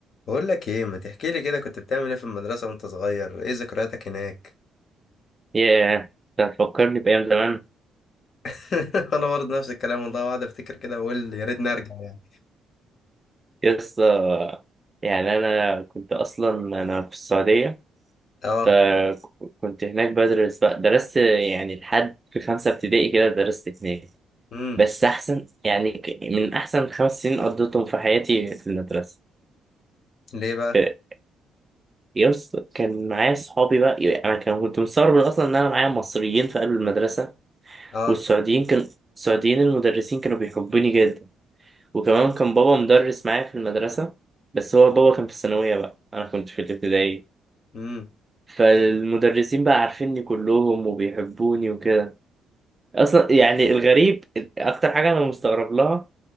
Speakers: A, on the left; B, on the right.
A: بقول لك ايه ما تحكي لي كده كنت بتعمل ايه في المدرسة وانت صغير ايه ذكرياتك هناك
B: ياه ده فكرني بأيام زمان
A: <laughs> انا برضه نفس الكلام والله قاعد افتكر كده واقول يا ريتني ارجع يعني
B: يس آه، يعني أنا كنت أصلا أنا في السعودية
A: اه
B: فكنت هناك بدرس بقى درست يعني لحد في خمسة ابتدائي كده درست هناك
A: امم
B: بس أحسن يعني ك- من أحسن خمس سنين قضيتهم في حياتي في المدرسة
A: ليه بقى
B: ف- يس كان معايا صحابي بقى يعني أنا كان كنت مستغرب أصلا إن أنا معايا مصريين في قلب المدرسة
A: اه
B: والسعوديين كان السعوديين المدرسين كانوا بيحبوني وكمان كان بابا مدرس معايا في المدرسة بس هو بابا كان في الثانوية بقى أنا كنت في الابتدائي
A: امم
B: فالمدرسين بقى عارفيني كلهم وبيحبوني وكده أصلا يعني الغريب أكتر حاجة أنا مستغرب لها